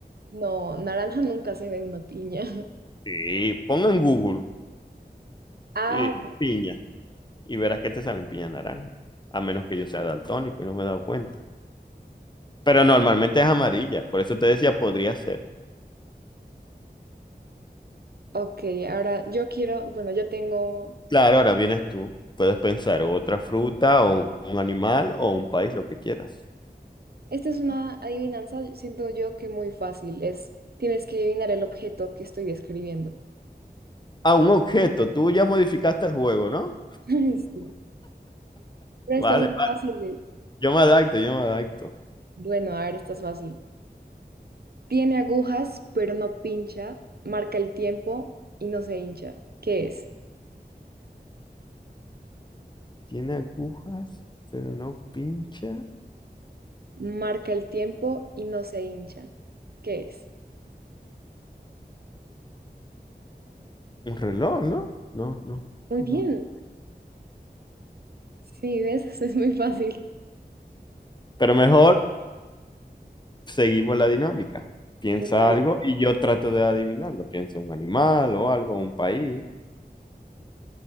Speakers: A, on the right; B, on the left.
A: no, naranja nunca se ve una piña. <laughs>
B: Sí, ponga en Google
A: Ah,
B: eh, piña. y verás que te salen piña naranja, a menos que yo sea daltónico y no me he dado cuenta. Pero normalmente es amarilla, por eso te decía, podría ser.
A: ok, ahora yo quiero, bueno, yo tengo,
B: Claro, ahora vienes tú, puedes pensar otra fruta o un animal o un país, lo que quieras.
A: esta es una adivinanza, siento yo que muy fácil, es, tienes que adivinar el objeto que estoy describiendo.
B: Ah, un objeto, tú ya modificaste el juego, ¿no?
A: <laughs> Sí. Pero
B: Vale,
A: estas son
B: vale,
A: fáciles.
B: yo me adapto, yo me adapto.
A: Bueno, a ver, esta es fácil. Tiene agujas, pero no pincha. Marca el tiempo y no se hincha. ¿Qué es?
B: Tiene agujas, pero no pincha.
A: Marca el tiempo y no se hincha. ¿Qué es?
B: Un reloj, ¿no? No, no,
A: Muy
B: no.
A: bien. Sí, ves, <laughs> Eso es muy fácil.
B: Pero mejor seguimos la dinámica. Piensa
A: ¿Qué tal?
B: algo y yo trato de adivinarlo. Piensa un animal o algo, un país.